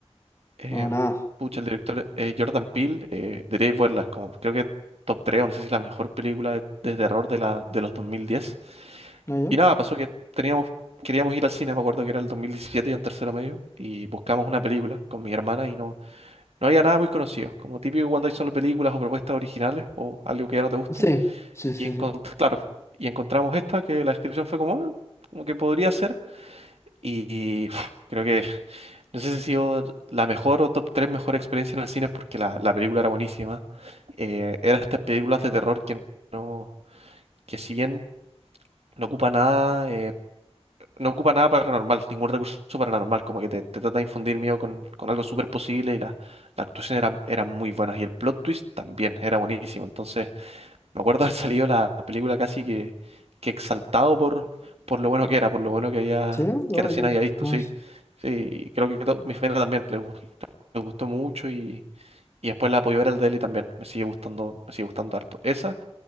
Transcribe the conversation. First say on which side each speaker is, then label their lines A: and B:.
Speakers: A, on the right (about 70°); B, on the left (about 25°).
A: em,
B: No, nada.
A: pucha, el director eh, Jordan Peele eh, debería verla, es como creo que top 3, o no sé si la mejor película de, de terror de, la, de los 2010.
B: ¿No yo?
A: Y nada, pasó que teníamos, queríamos ir al cine, me acuerdo que era el 2017 y en tercero medio, y buscamos una película con mi hermana y no, no había nada muy conocido, como típico cuando hay solo películas o propuestas originales o algo que ya no te gusta.
B: Sí, sí, sí,
A: Y encont-
B: sí.
A: claro, y encontramos esta que la descripción fue como, "Ah, como que podría ser. Y pf, creo que, no sé si ha sido la mejor o top 3 mejor experiencia en el cine porque la, la película era buenísima. Eh, eran estas películas de terror que no, que si bien no ocupa nada, eh, no ocupa nada paranormal, ningún recurso paranormal, como que te, te trata de infundir miedo con, con algo súper posible y la, la actuación era, era muy buena y el plot twist también era buenísimo. Entonces, me acuerdo haber salido la película casi que, que exaltado por, por lo bueno que era, por lo bueno que había,
B: Sí, yo,
A: que recién
B: yo.
A: había visto,
B: No,
A: sí.
B: sí.
A: Sí, y creo que to- mi familia también le, gus- le gustó mucho y, y después la apoyó ver al Deli también. Me sigue gustando, me sigue gustando harto. Esa.